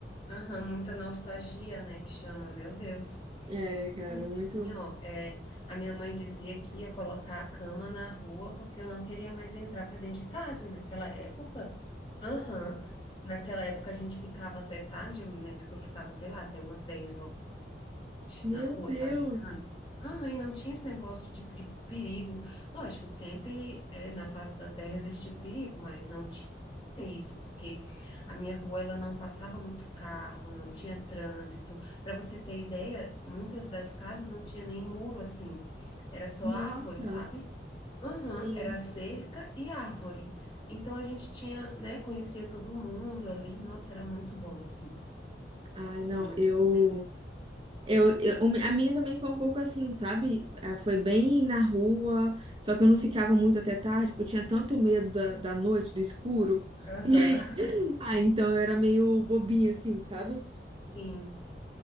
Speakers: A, on the left; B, on the right.
A: Aham, muita nostalgia, né, que chama, meu Deus.
B: É,
A: Não,
B: cara,
A: e
B: muito.
A: assim, ó, é, a minha mãe dizia que ia colocar a cama na rua porque eu não queria mais entrar para dentro de casa, e naquela época, aham, naquela época a gente ficava até tarde, eu me lembro que eu ficava, sei lá, até umas dez horas
B: Meu
A: na rua,
B: Deus!
A: sabe, brincando. Ah, e não tinha esse negócio de, de perigo. Lógico, sempre é, na face da terra existia o perigo, mas não tinha isso, porque a minha rua ela não passava muito carro, não tinha trânsito. Para você ter ideia, muitas das casas não tinha nem muro assim, era só
B: Nossa!
A: árvore, sabe? Aham,
B: Sim.
A: era cerca e árvore. Então a gente tinha, né, conhecia todo mundo ali. Nossa, era muito bom, assim.
B: Ai, não,
A: Muito
B: eu.
A: bom mesmo.
B: Eu, eu- a minha também foi um pouco assim, sabe? Ah, Foi bem na rua, só que eu não ficava muito até tarde, porque eu tinha tanto medo da, da noite, do escuro. <laughs>
A: Aham.
B: E aí, ah, então eu era meio bobinha, assim, sabe?
A: <laughs> Sim.